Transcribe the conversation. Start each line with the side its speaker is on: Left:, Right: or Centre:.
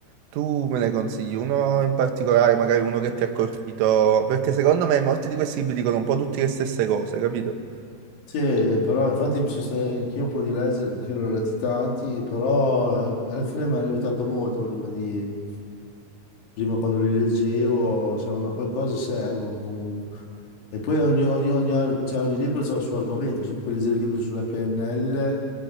Right: Tu me ne consigli uno in particolare, magari uno che ti ha colpito, perché secondo me molti di questi libri dicono un po' tutte le stesse cose, capito?
Left: Sì, però infatti mi sono stato anch'io un po' di leggere perché l'ho letti tanti, però eh, alla fine mi hanno aiutato molto prima di Prima quando li leggevo, se una, qualcosa servono comunque. E poi ogni, ogni- ogni ar- cioè, ogni libro ha il suo argomento, se puoi leggere libri sulla PNL,